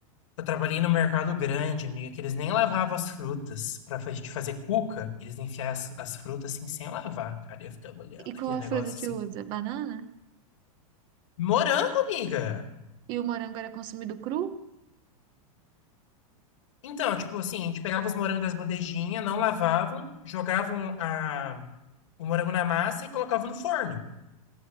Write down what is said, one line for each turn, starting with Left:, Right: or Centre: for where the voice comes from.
Left: Eu trabalhei no mercado grande, amiga, que eles nem lavavam as frutas. Pra fa- gente fazer cuca, eles enfiavam as, as frutas assim sem lavar, cara. Eu ficava olhando
Right: E
Left: aquele
Right: qual
Left: negócio
Right: a fruta
Left: assim.
Right: que usa? Banana?
Left: Morango, amiga!
Right: E o morango era consumido cru?
Left: Então, tipo assim, a gente pegava os morangos das bandejinhas, não lavavam, jogavam a, o morango na massa e colocavam no forno.